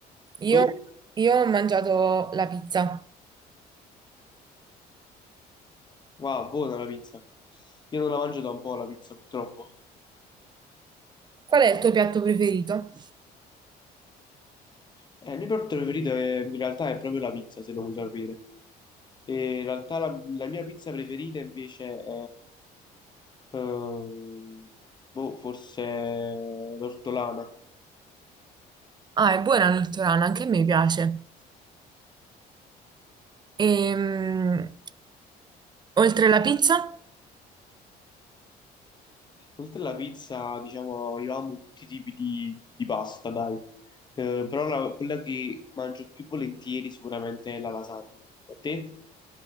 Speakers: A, on the right; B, on the left.
A: Io,
B: Tu?
A: io ho mangiato la pizza.
B: Wow, buona la pizza. Io non la mangio da un po' la pizza, purtroppo.
A: Qual è il tuo piatto preferito?
B: Eh, il mio piatto preferito è- in realtà è proprio la pizza, se lo vuoi sapere. E in realtà la, la mia pizza preferita invece è... ehm, boh, forse l'ortolana.
A: Ah, è buona la l'ortolana, anche a me piace. Ehm, oltre la pizza?
B: Oltre alla pizza, diciamo, io amo tutti i tipi di, di pasta, dai. Eh, però la- quella che mangio più volentieri sicuramente è la lasagna. A te?